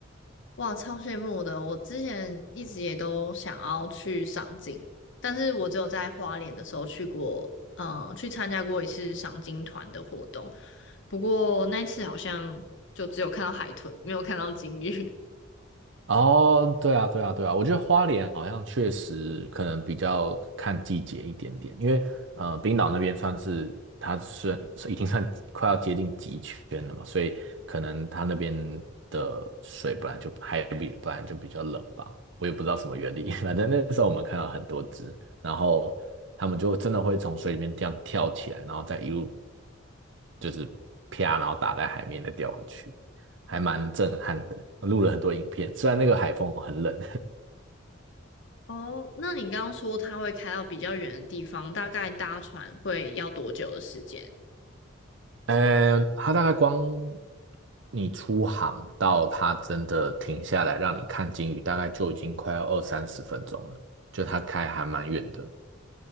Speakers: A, on the left; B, on the right.
A: 哇，超羡慕的！我之前一直也都想要去赏金，但是我只有在花莲的时候去过，呃，去参加过一次赏金团的活动，不过那一次好像就只有看到海豚，没有看到鲸鱼。<laughs>
B: 哦，对啊，对啊，对啊，我觉得花莲好像确实可能比较看季节一点点，因为呃，冰岛那边算是它算是已经算快要接近极圈了嘛，所以可能它那边的水本来就海比本来就比较冷吧，我也不知道什么原理，<laughs> 反正那时候我们看到很多只，然后它们就真的会从水里面这样跳起来，然后再一路就是啪，然后打在海面再掉回去。还蛮震撼的，录了很多影片。虽然那个海风很冷，
A: 哦，那你刚刚说它会开到比较远的地方，大概搭船会要多久的时间？
B: <laughs> 呃，它大概光你出航到它真的停下来让你看鲸鱼，大概就已经快要二三十分钟了，就它开还蛮远的。